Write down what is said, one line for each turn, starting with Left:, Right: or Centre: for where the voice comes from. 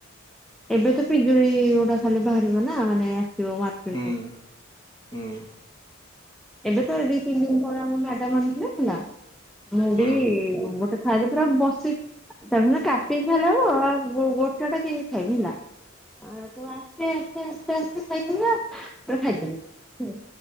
Centre: ଏବେ ତ ପିଜୁଳି ଗୁରା ଖାଲି ବାହାରିବ ନା ମାନେ ଆସିବ ମାର୍କେଟ
Left: ହୁଁ
Centre: କୁ
Left: ହୁଁ
Centre: ଏବେ ତ ଦି ତିନି ଦିନ ତଳେ ଆମ ମାଡାମ ହେଲା ମୁଁ
Left: ହୁଁ
Centre: ବି ଗୋଟେ ଖାଇ ପୁରା ବସି ତାକୁ କାଟିିକି ଖାଇଲେ ହବ ଆଉ ଗୋଟା ଟା କେମିତି ଖାଇବି ହେଲା ଆକୁ ଆସ୍ତେ ଆସ୍ତେ ଆସ୍ତେ ଆସ୍ତେ ଖାଇଦେବେ ଆଉ ଖାଇଦେବେ